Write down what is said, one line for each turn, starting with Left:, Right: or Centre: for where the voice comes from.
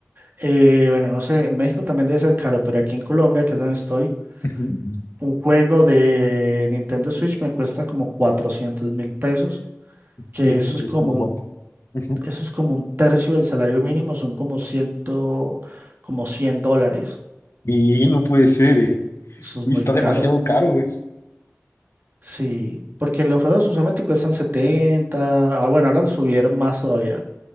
Right: Eh, bueno, no sé, en México también debe ser caro, pero aquí en Colombia, que es donde estoy,
Left: Ujú.
Right: un juego de Nintendo Switch me cuesta como cuatrocientos mil pesos que
Left: Bien,
Right: eso es
Left: es
Right: como
Left: como
Right: un,
Left: cuánto. Ujú.
Right: eso es como un tercio del salario mínimo, son como ciento, como cien dólares.
Left: Y no puede ser, ¿eh?
Right: Eso es
Left: Y
Right: muy
Left: está
Right: caro.
Left: demasiado caro, ¿eh?
Right: Sí, porque los juegos usualmente cuestan 70 ah, bueno, ahora lo subieron más todavía,